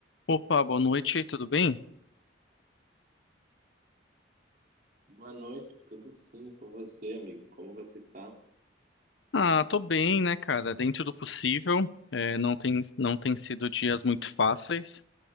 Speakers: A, on the left (about 75°); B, on the right (about 45°).
A: Opa, boa noite, tudo bem?
B: Boa noite, tudo sim com você, amigo? Como você tá?
A: Ah, tô bem, né, cara? Dentro do possível. É, não tem, não tem sido dias muito fáceis.